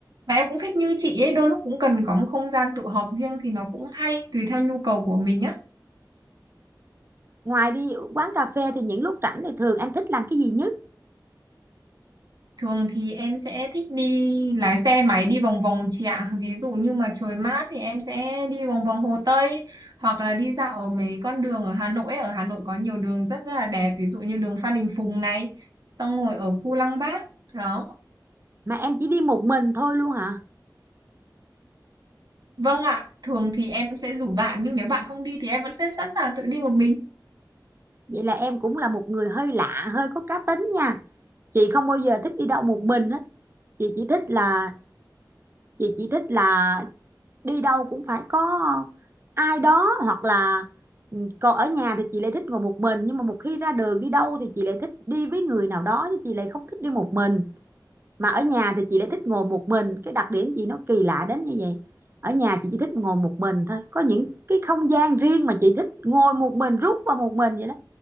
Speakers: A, on the right; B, on the right.
A: Và em cũng thích như chị ấy, đôi lúc cũng cần có một không gian tự họp riêng thì nó cũng hay, tùy theo nhu cầu của mình nhá.
B: Ngoài đi quán cà phê thì những lúc rảnh thì thường em thích làm cái gì nhất?
A: Thường thì em sẽ thích đi lái xe máy đi vòng vòng chị ạ. Ví dụ như mà trời mát thì em sẽ đi vòng vòng Hồ Tây hoặc là đi dạo ở mấy con đường ở Hà Nội. ấy. Ở Hà Nội có nhiều đường rất rất là đẹp, ví dụ như đường Phan Đình Phùng này, xong ngồi ở khu Lăng Bác. Đó.
B: Mà em chỉ đi một mình thôi luôn hả?
A: Vâng ạ, thường thì em sẽ rủ bạn nhưng nếu bạn không đi thì em vẫn sẽ sẵn sàng tự đi một mình.
B: Vậy là em cũng là một người hơi lạ, hơi có cá tính nha. Chị không bao giờ thích đi đâu một mình hết. Chị chỉ thích là chị chỉ thích là đi đâu cũng phải có ai đó hoặc là ừ, còn ở nhà thì chị lại thích ngồi một mình nhưng mà một khi ra đường đi đâu thì chị lại thích đi với người nào đó chứ chị lại không thích đi một mình. mà ở nhà thì chị lại thích ngồi một mình cái đặc điểm chị nó kỳ lạ đến như vậy ở nhà chị chỉ thích ngồi một mình thôi có những cái không gian riêng mà chị thích ngồi một mình rút vào một mình vậy đó